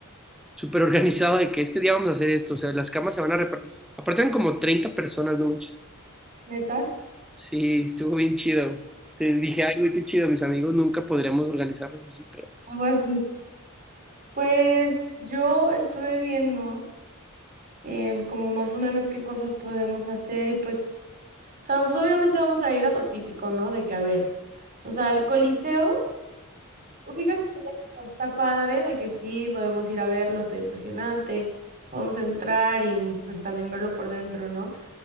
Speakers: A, in the centre; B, on the right (about 40°).
A: súper organizado, de que este día vamos a hacer esto. O sea, las camas se van a repartir. Aparte eran como 30 personas, no manches.
B: neta?
A: Sí, estuvo bien chido. Sí, dije, ay, güey, qué chido, mis amigos, nunca podríamos organizarlos así, pero...
B: Algo así. Pues yo estuve viendo. em, como más o menos qué cosas podemos hacer y pues, o sea, pues obviamente vamos a ir a lo típico, ¿no? De que a ver, o sea, el Coliseo, ubica que está padre, de que sí, podemos ir a verlo, está impresionante, vamos a entrar y pues también verlo por dentro, ¿no?